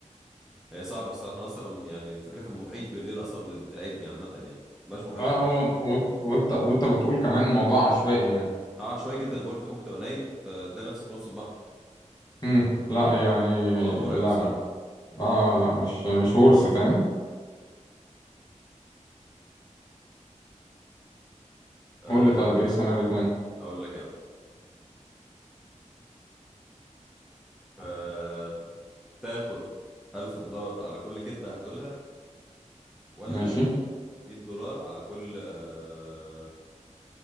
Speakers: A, in the centre; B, on the left.
A: هي صعبه الصراحه انا اصلا يعني فكره المحيط بالليل اصلا بت- بترعبني عامه يعني مش محيط
B: اه
A: البحر
B: و- و- وانت وانت بتقول كمان موضوع عشوائي يعني
A: اه شويه جدا أبقى قلت ممكن تبقى نايم ت- تلاقي نفسك في نص البحر
B: امم لا
A: الم-
B: يعني
A: الموضوع مرعب
B: لا
A: الصراحه
B: لا اه آه، لا مش مش ورث فاهم
A: أه...
B: قول لي طيب ايه سيناريو تاني
A: اقول لك يعني أه... تاخد 1000 دولار على كل كذبه هتقولها ولا
B: ماشي
A: 100 دولار على كل آه،